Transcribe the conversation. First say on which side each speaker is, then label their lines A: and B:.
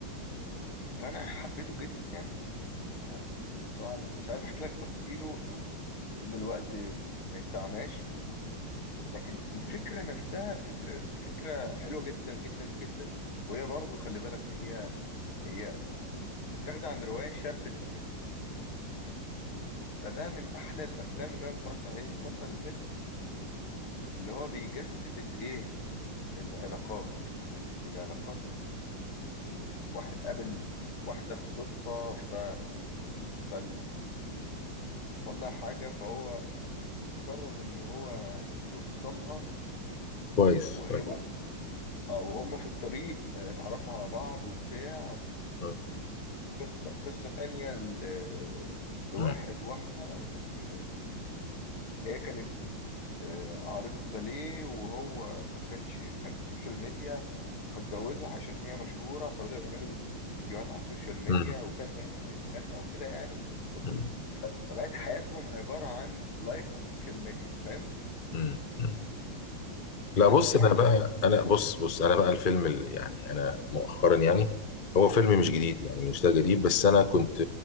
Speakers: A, on the left; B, on the left.
A: فانا حبيته جدا يعني انا طبعا مش عايز احكي لك تفصيله او ان الوقت ما يسعناش لكن الفكرة نفسها فكرة فكرة حلوة جدا جدا جدا وهي برضو خلي بالك هي هي متاخدة عن رواية شاب اللي كتبها فده من أحلى الأفلام اللي أنا اتفرجت عليه الفترة اللي فاتت اللي هو بيجسد الإيه العلاقات ال- العلاقات ال... ال... آه، واحد قابل واحدة بالصدفة ف فال... حصل لها حاجة فهو قرر إن هو يوصلها
B: كويس
A: وهي
B: كويس
A: اه وهم في الطريق آه، اتعرفوا على بعض وبتاع
B: مم.
A: قصة قصة تانية ل- لواحد
B: مم.
A: واحدة بي... هي كانت آه، عارضة باليه وهو ما كانش كان في السوشيال ميديا فاتجوزها عشان هي مشهورة فبدأوا يعملوا فيديوهات على السوشيال ميديا
B: مم.
A: وكان ده حاجاتها وكده يعني ف...
B: مم.
A: ف... فبقت حياتهم عبارة عن لايف على السوشيال ميديا فاهم
B: مم. مم. لا
A: بس
B: بص
A: يعني
B: انا بقى انا بص بص انا بقى الفيلم اللي يعني انا مؤخرا يعني هو فيلم مش
A: مم.
B: جديد يعني مش ده جديد بس انا كنت